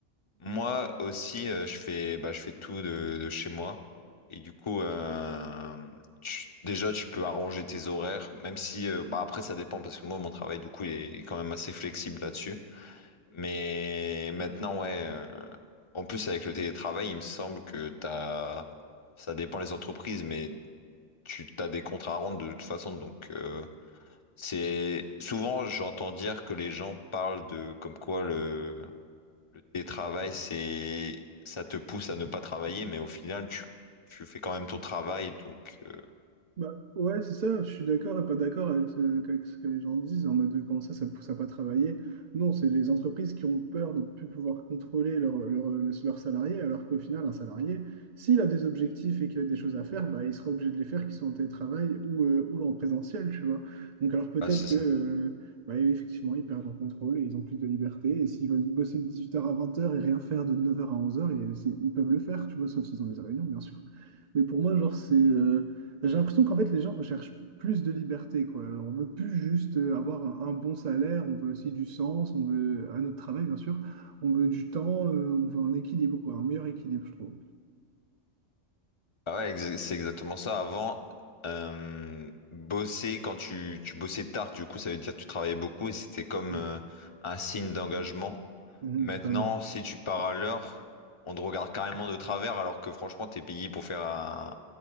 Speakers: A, on the left; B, on the right.
A: Moi aussi, euh, je fais, bah, je fais tout de, de chez moi. Et du coup, euh, tu- déjà, tu peux arranger tes horaires, même si, euh, bah, après, ça dépend, parce que moi, mon travail, du coup, il est, il est quand même assez flexible là-dessus. Mais maintenant, ouais, euh, en plus, avec le télétravail, il me semble que t'as, ça dépend les entreprises, mais tu t'as des contrats à rendre de toute façon. Donc, euh, c'est souvent, j'entends dire que les gens parlent de comme quoi le le télétravail, c'est, ça te pousse à ne pas travailler, mais au final, tu, tu fais quand même ton travail, donc, euh,
B: Bah, ouais, c'est ça, je suis d'accord et pas d'accord avec ce, avec ce que les gens disent en mode de, comment ça, ça ne pousse à pas travailler. Non, c'est les entreprises qui ont peur de ne plus pouvoir contrôler leur- leur- leurs salariés, alors qu'au final, un salarié, s'il a des objectifs et qu'il a des choses à faire, bah, il sera obligé de les faire, qu'ils soient en télétravail ou, euh, ou en présentiel, tu vois. Donc, alors peut-être
A: ah, c'est
B: que,
A: ça.
B: euh, bah, effectivement, ils perdent en contrôle et ils ont plus de liberté. Et s'ils veulent bosser de 18h à 20h et rien faire de 9h à 11h, et c'est- ils peuvent le faire, tu vois, sauf s'ils ont des réunions, bien sûr. Mais pour moi, genre, c'est. euh, j'ai l'impression qu'en fait, les gens recherchent plus de liberté, quoi. On veut plus juste euh, avoir un, un bon salaire, on veut aussi du sens, on veut un autre travail, bien sûr. On veut du temps, euh, on veut un équilibre, quoi, un meilleur équilibre, je trouve.
A: Ah ouais, exa- c'est exactement ça. Avant, euh, bosser, quand tu, tu bossais tard, du coup, ça veut dire que tu travaillais beaucoup et c'était comme,
B: Mm.
A: euh, un signe d'engagement.
B: Mhm,
A: Maintenant,
B: totalement.
A: si tu pars à l'heure, on te regarde carrément de travers, alors que franchement, t'es payé pour faire un,